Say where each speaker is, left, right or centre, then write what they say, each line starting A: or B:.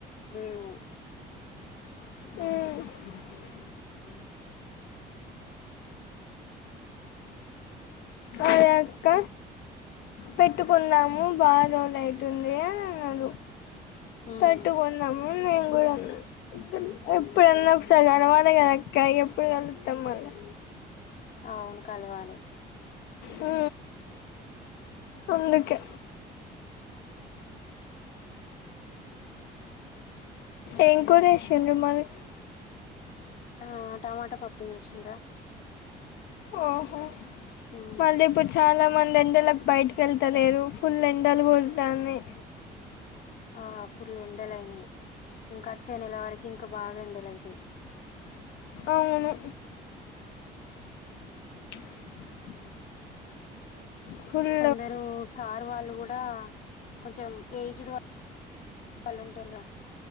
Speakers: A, on the left; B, on the left.
A: లేవు
B: ఉ
A: ఊ
B: అ యక్క పెట్టుకుందాము బా రోజులై తుంది అని అన్నారు
A: ఉమ్
B: తట్టుకుందాము మేంగూడ అన్నా ఎప్పుడున్నా ఒకసారి కలవాలి కదా అక్క ఎప్పుడు కలుత్తాం మళ్ళా
A: అవును కలవాలే
B: ఊ అందుకే ఏం కూర చేసిండ్రు మరి
A: ఆ టమాటా పప్పు జేసిన్రా
B: ఆహా
A: ఉమ్
B: మళ్ళీ ఇప్పుడు చాలా మంది ఎండలకు బయటికెళ్తలేరు ఫుల్ ఎండలు కొడతా ఉన్నయ్
A: ఆ ఫుల్ ఎండలు అయినాయి ఇంకా వచ్చేనెల వరకి ఇంకా బాగా ఎండలు అయితయి
B: అవును <unintelligible>
A: <inaudible>
B: ఫుల్
A: కొందరు సార్ వాళ్ళు గూడా కొంచెం ఏజ్ డ్ వాళ్ళు వాళ్ళు ఉంటారుగా